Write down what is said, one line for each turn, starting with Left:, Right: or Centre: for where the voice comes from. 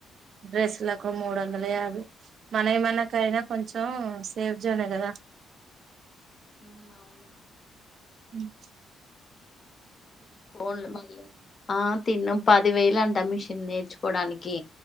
Right: డ్రెస్లకు మూడు వం అదే అదే మనయి మనకైనా కొంచెం సేఫ్ జోనే కదా
Left: ఉ అవును.
Right: ఉమ్
Left: బొల్లు బాగా ఆ తిన్నం పదివేలు అంటే మిషన్ నేర్చుకోవడానికి